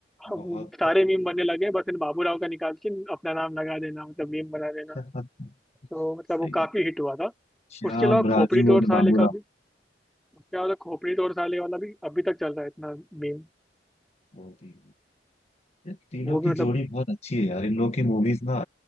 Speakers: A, in the centre; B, on the left.
A: हम
B: बहुत
A: सारे मीम बनने लगे बस इन बाबूराव का निकाल के अपना नाम लगा देना मतलब मीम बना देना
B: बढ़िया
A: तो मतलब
B: <laughs> सही
A: वो काफी हिट हुआ था
B: श्याम
A: उसके अलावा
B: राजू
A: खोपड़ी तोड़
B: और
A: साले
B: बाबूराव
A: का भी उसके बाद तो खोपड़ी तोड़ साले वाला भी अभी तक चल रहा है इतना मीम
B: वो भी यार, तीनों
A: वो
B: की
A: भी मतलब
B: जोड़ी बहुत अच्छी है यार इन लोग की मूवीज ना